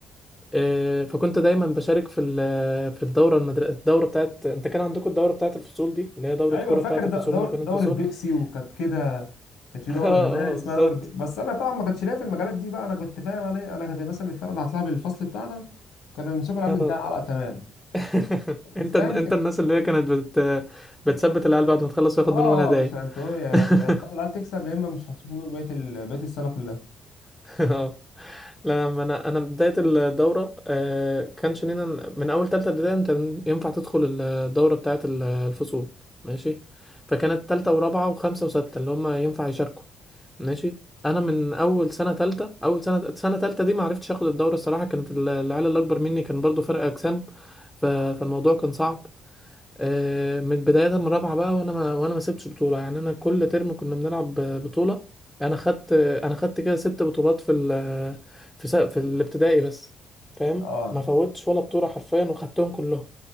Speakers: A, in the centre; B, on the left.
A: آه، فكنت دايما بشارك في ال- في الدوره المدرسه الدوره بتاعت انت كان عندكم الدوره بتاعت الفصول دي اللي هي دوره
B: ايوه
A: كوره
B: فاكر
A: بتاعت
B: د-
A: الفصول
B: دور
A: ما بين
B: دوره
A: الفصول
B: بيبسي
A: <laughs>
B: وكانت كده كانت في
A: اه
B: دوره
A: اه
B: زمان اسمها
A: بالظبط
B: دوره بي... بس انا طبعا ما كانش ليا في المجالات دي بقى انا كنت فاهم انا إيه، انا كنت مثلا الفرقه اللي هطلع بالفصل بتاعنا كنا بنمسكوا العيال
A: اه
B: اللي بتاع العلقه تمام
A: <laughs> انت
B: فاهم
A: انت
B: كده
A: الناس اللي هي كانت بت... بتثبت العيال بعد ما تخلص وياخد
B: اه اه
A: منهم الهدايا
B: يا باشا انتوا يا
A: <laughs>
B: يا تخلوا العيال تكسب يا اما مش هتشوفوا نور بقيه ال- بقيه السنه كلها
A: <laughs> اه لا ما انا انا بدايه الدوره آه، كانش لينا من اول تالتة ابتدائي انت ينفع تدخل الدوره بتاعه ال- الفصول ماشي فكانت تالتة ورابعه وخمسه وسته اللي هم ينفع يشاركوا ماشي انا من اول سنه تالتة اول سنه سنه تالتة دي ما عرفتش اخد الدوره الصراحه كانت ال- العيال اللي اكبر مني كان برضو فرق اجسام ف- فالموضوع كان صعب آه، من بداية من رابعة بقى وانا ما وانا ما سبتش بطولة يعني انا كل ترم كنا بنلعب بطولة انا خدت انا خدت كده ست بطولات في ال في س- في الابتدائي بس فاهم
B: اه
A: ما فوتش ولا بطولة حرفيا وخدتهم كلهم